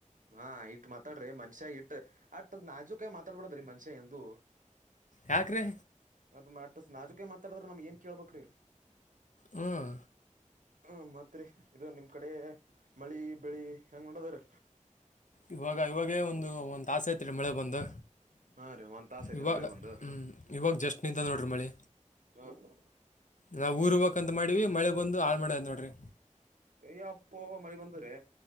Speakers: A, on the right; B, on the left.
A: ಹಾ ಇಟ್ ಮಾತಾಡ್ರಿ ಮನ್ಷ್ಯ ಇಟ್ಟ ಅಟ್ಟ ನಾಜುಕಾಯ ಮಾತಾಡ್ಬಡದ್ರಿ ಮನ್ಷ್ಯ ಎಂದು
B: ಯಾಕ್ರೀ
A: ಅದ್ ಮ ನಾಜುಕ ಮಾತಾಡ್ರ ನಮ್ಗ್ ಏನ್ ಕೇಳ್ಬೇಕಕ್್ರೀ
B: ಹ್ಮ್
A: ಹ್ಮ ಮತ್ರಿ ಇದು ನಿಮ್ ಕಡೆ ಮಳಿ ಬೆಳಿ ಹೆಂಗ ನೋಡದ್ರ
B: ಇವಾಗ ಇವಾಗೇ ಒಂದು ಒಂದ್ ಆಸೆ ಐತ್ರಿೀ ಮಳೆ ಬಂದು
A: ಹಾ ರೀ ಒಂದ್ ತಾಸ ಐತ್ರಿ
B: ಇವಾಗ
A: ಮಳಿ ಬಂದು
B: ಹ್ಞೂ
A: ಹಾ
B: ಇವಾಗ ಜಸ್ಟ್ ನಿಂತದ ನೋಡ್ರಿ ಮಳೆ
A: ಹಾ ಹಾ
B: ನಾವು ಊರ್ ಹೋಗಕ್ ಅಂತ ಮಾಡೀವಿ ಮಳೆ ಬಂದು ಹಾಳ ಮಾಡದ್ ನೋಡ್ರಿ
A: ಎಯ್ಯ ಅಪ್ಪು ಮಳೆ ಬಂದ್ರೆ